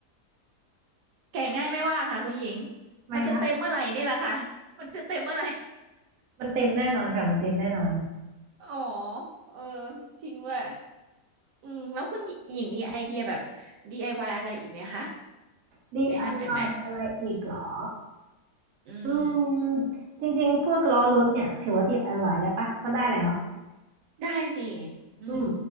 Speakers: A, on the right; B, on the right.
A: แก่ง่ายไม่ว่าค่ะคุณหญิง
B: ทำไมคะ
A: มันจะเต็มเมื่อไหร่นี่แหละค่ะมันจะเต็มเมื่อไหร่
B: มันเต็มแน่นอนค่ะมันเต็มแน่นอน
A: อ๋อเออจริงด้วยอืมแล้วคุณหญิงมีไอเดียแบบ DIY อวายอะไรอีกไหมคะ
B: DIY
A: แนะนำแอมไหม
B: อวายอะไรอีกเหรอ
A: อืม
B: อืมจริงๆพวกล้อรถเนี่ยถือว่าดี DIY ได้ปะก็ได้แหละเนาะ
A: ได้สิอืม
B: อืม